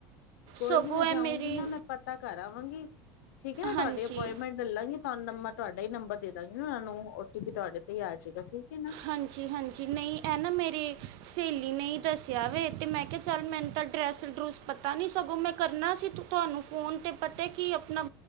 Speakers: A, on the left; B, on the right.
A: ਕੋਈ
B: ਸਗੋਂ
A: ਨੀ ਮੈਂ ਜਾਊਂਗੀ
B: ਇਹ ਮੇਰੀ
A: ਨਾ ਮੈਂ ਪਤਾ ਕਰ ਆਵਾਂਗੀ ਠੀਕ ਐ ਨਾ
B: ਹਾਂਜੀ
A: ਤੁਹਾਡੀ ਅਪੋਇੰਟਮੈਂਟ ਦਿਲਾਂਗੇ ਤੁਆਨੂੰ ਨੰ ਮੈਂ ਤੁਹਾਡਾ ਹੀ ਨੰਬਰ ਦੇ ਦਾਂਗੀ ਨਾ ਓਨੂੰ ਓ ਟੀ ਪੀ ਤੁਆਡੇ ਤੇ ਈ ਆ ਜੇਗਾ ਠੀਕ ਏ ਨਾ।
B: ਹਾਂਜੀ-ਹਾਂਜੀ, ਨਈ ਐ ਨਾ ਮੇਰੇ ਸਹੇਲੀ ਨੇ ਈ ਦੱਸਿਆ ਵੇ ਤੇ ਮੈਂ ਕਿਹਾ ਚੱਲ ਮੈਨੂੰ ਤਾਂ ਡਰੈਸ ਡਰੂਸ ਪਤਾ ਨੀ ਸਗੋਂ ਮੈਂ ਕਰਨਾ ਸੀ। ਤੁਹਾਨੂੰ ਫੋਨ 'ਤੇ ਪਤਾ ਕਿ ਆਪਣਾ